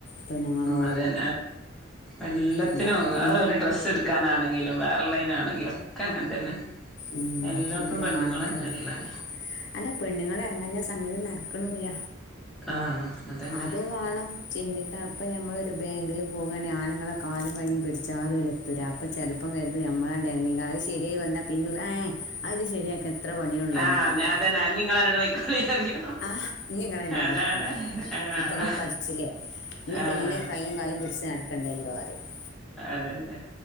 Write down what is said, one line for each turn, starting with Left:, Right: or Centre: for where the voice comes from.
Left: പെണുങ്ങളൊ
Centre: അതൻ എല്ലാത്തിനും
Left: അതാള്ളത്
Centre: അതൊ ഒരു ഡ്രസ്സ് എടുക്കാനാണെങ്കിലും വേറെ ലൈനാണെങ്കിലും യൊക്കെ അങ്ങനെ തന്നെ
Left: ഉം
Centre: എല്ലായിടത്തും
Left: ഫുള്ളായിട്ട്
Centre: പെണ്ണുങ്ങളന്നെയള്ളേ
Left: അതന്നെയാണ് അല്ല പെണ്ണുങ്ങള്ൾറങ്ങാ ഞ്ഞാ സംഗതി നട ക്കൊന്നുല്ല,
Centre: ആഹ് അതന്നെ
Left: അതും വാണം ചിന്തിക്കാൻ പ്പ നമ്മളൊരു ബാങ്കില് പോകാണെങ്കി ആണുങ്ങളെ കാലും കൈ്യും പിടിച്ചാലുല്ല തെരാ അപ്പ ചെലപ്പം കരുതും നമ്മളാണ്ടെറങ്ങി അത് ശരിയായി വന്നാ പിന്നല്ലേ അത് ശരിയാക്ക എത്ര പണിയള്ളേ
Centre: ആഹ്
Left: ഇന വെക്ക
Centre: ഞാ അതന്നെ നിങ്ങള് എന്നോട് പൊയ്ക്കോളി പറയും
Left: ആഹ് ഇഞ്ഞ് ങ്ങളെന്നെ
Centre: അതാണ്
Left: ഉപയോഗിച്ചോളി ങ്ങള്
Centre: ആഹ്
Left: ഇപ്പങ്ങള് പഠിച്ചില്ലേ ഇന്ന്
Centre: ആഹ്
Left: പ്പന്നെ കയ് കാലും പിടിച്ച് നടക്കണ്ടല്ലോ പറയും
Centre: അതന്നെ